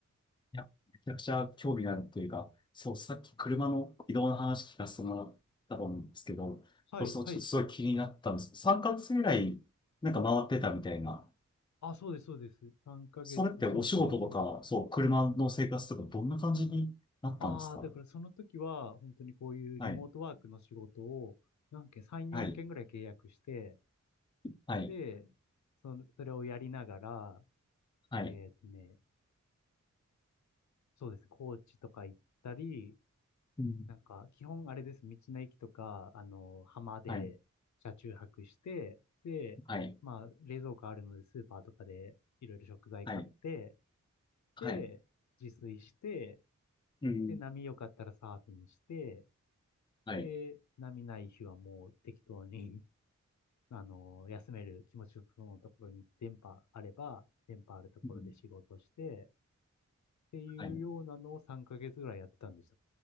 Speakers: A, on the left; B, on the left.
A: や、めちゃくちゃ興味があるというか、そう、さっき車の移動の話聞かせてもらったと思うんですけど、
B: はい、
A: そうそう、
B: はい。
A: ちょっとすごい気になったんです。3ヶ月ぐらい、なんか回ってたみたいな。
B: あ、そうです、そうです。3ヶ月、
A: それってお仕事とか、
B: そうですね、そうです。
A: そう、車の生活とか、どんな感じになったんですか
B: ああ、だからその時は本当にこういうリモートワークの仕事を何件、
A: はい。
B: 3、4件ぐらい契約して、
A: はい。はい。
B: で、その、それをやりながら、
A: はい。
B: えーっとね、そうです。高知とか行ったり、
A: うん。
B: なんか、基本あれです。道の駅とか、あの、浜で車中泊して、
A: はい。
B: で、
A: はい。
B: まあ、冷蔵庫あるので、スーパーとかでいろいろ食材買って、
A: はい。はい。
B: で、自炊して、
A: うん。
B: で、波良かったらサーフィンして、
A: はい。
B: で、波ない日はもう適当に、<laughs> あの、休める気持ちよそうなところに電波あれば、電波あるところで仕事して、
A: うん。
B: っていうようなのを3ヶ月ぐらいやってたんでした。
A: はい。